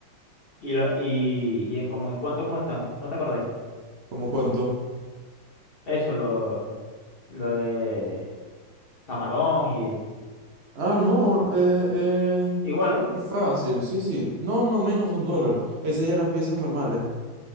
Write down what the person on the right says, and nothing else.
¿Cómo cuánto?
Ah, no, eh, eh,
es fácil, sí, sí. No, no, menos de un dólar. Esas ya eran piezas normales.